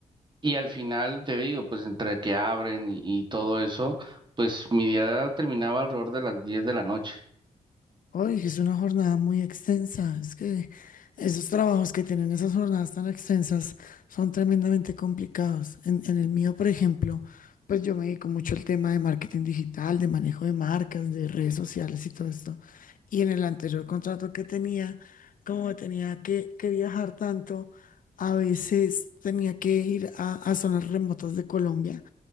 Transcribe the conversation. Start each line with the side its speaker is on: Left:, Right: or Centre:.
Right: Y al final, te digo, pues entre que abren y, y todo eso, pues mi día terminaba alrededor de las 10 de la noche.
Left: Oye, es una jornada muy extensa. Es que esos trabajos que tienen esas jornadas tan extensas son tremendamente complicados. En, en el mío, por ejemplo, pues yo me dedico mucho al tema de marketing digital, de manejo de marcas, de redes sociales y todo esto. Y en el anterior contrato que tenía, como tenía que, que viajar tanto, a veces tenía que ir a, a zonas remotas de Colombia